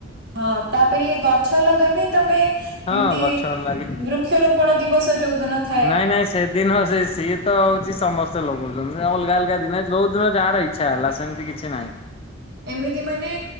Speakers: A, on the right (about 55°); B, on the left (about 30°).
A: ହଁ, ତାପରେ ଏ ଗଛ ଲଗା ବିି ତମେ ଏମିତି,
B: ହଁ ଗଛ ଲାଗେ
A: ବୃକ୍ଷରୋପଣ ଦିବସ ଯୋଉ ଦିନ ଥାଏ
B: ଏନାଁଇ ସେତ ଦିନ ସେ ସିଏ ତ ହେଉଛି ସମସ୍ତେ ଲଗଉଛନ୍ତି। ଅଲଗା, ଅଲଗା ଦିନେ ଯୋଉ ଦିନ ଯାହାର ଇଚ୍ଛା ହେଲା, ସେମିତି କିଛି ନାହିଁ।
A: ଏମିତି ମାନେ,